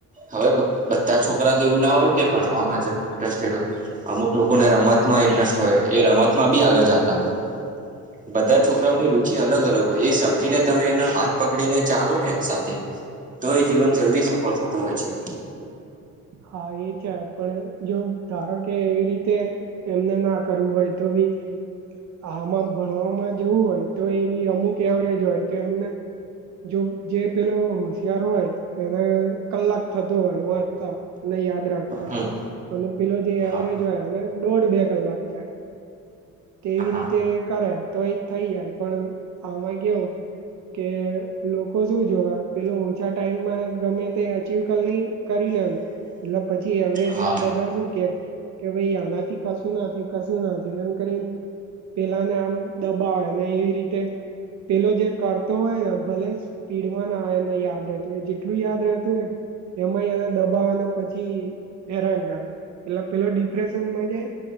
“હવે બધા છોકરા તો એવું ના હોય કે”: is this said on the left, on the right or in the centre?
Right